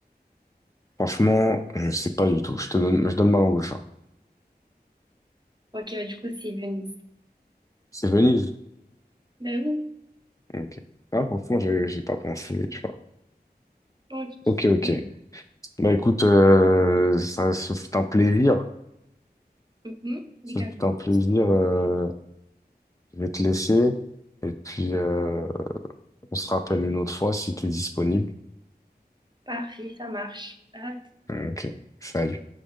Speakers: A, on the left; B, on the right.
A: franchement, je sais pas du tout. Je te donne, je donne ma langue au chat.
B: Ok, bah, du coup, c'est Venise.
A: C'est Venise.
B: Ben oui.
A: Ok. Ah, franchement, j'ai j'ai pas pensé, tu vois.
B: Ok,
A: Ok, ok.
B: bon.
A: Bah écoute, euh, ça ce fut un plaisir.
B: Mhm,
A: Ça
B: légalement.
A: fait un plaisir. euh, je vais te laisser. Et puis, euh, on se rappelle une autre fois si tu es disponible.
B: Parfait, ça marche. Ah,
A: Ok, salut.